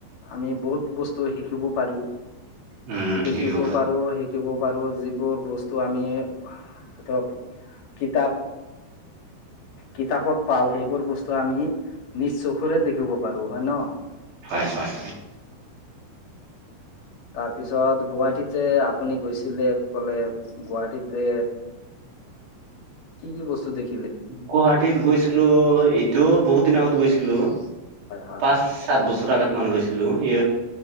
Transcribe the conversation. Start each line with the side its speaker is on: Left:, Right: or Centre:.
Left: আমি বহুত বস্তু শিকিব পাৰোঁ।
Right: উম
Left: দেখিব
Right: শিকিব
Left: পাৰো শিকিব পাৰো। যিবোৰ বস্তু আমি <unintelligible> কিতাপ কিতাপত পাওঁ সেইবোৰ বস্তু আমি নিজ চকুৰে দেখিব পাৰো হয় ন?
Right: হয় হয়
Left: তাৰপিছত গুৱাহাটীত যে আপুনি গৈছিলে কলে গুৱাহাটীত কি কি বস্তু দেখ
Right: গুৱাহাটীত গৈছিলো এইটো বহুত দিন আগত গৈছিলো।
Left: হয়।
Right: পাঁচ সাত বছৰ আগত মান গৈছিলো ই